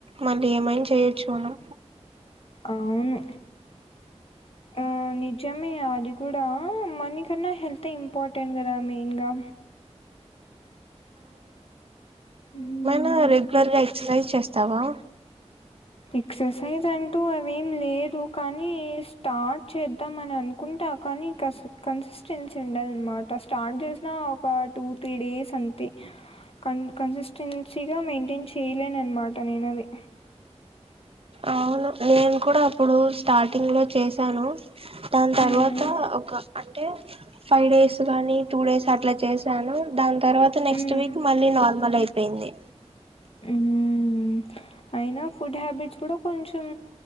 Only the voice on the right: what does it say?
మళ్ళీ ఏమైనా చేయొచ్చు మనం
నా రెగులర్గా ట్రై చేస్తావా
అవును నేను కూడా అప్పుడు స్టార్టింగ్ లో చేశాను. దాని తర్వాత
ఒక అంటే ఫైవ్ డేస్ గాని టూ డేస్ అట్లా చేసాను దాన్ తర్వాత నెక్స్ట్
వీక్ మళ్ళీ నార్మల్ అయి డింది